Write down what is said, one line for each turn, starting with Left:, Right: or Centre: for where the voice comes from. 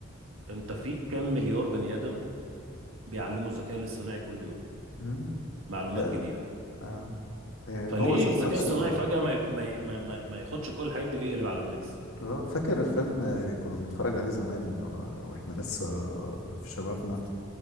Right: انت في كام مليار بني ادم بيعلموا الذكاء الاصطناعي كل يوم
Left: مم.
Right: معلومات
Left: ده
Right: جديده
Left: آه. آه،
Right: فليه
Left: هو ذات
Right: الذكاء
Left: نفسه
Right: الصناعي فجاه ما ي- ما ي- ما, ما, ما ياخدش كل الحاجات دي ويقلب على الناس
Left: اه فاكر الفيلم كنا بنتفرج عليه زمان و- واحنا لسه في شبابنا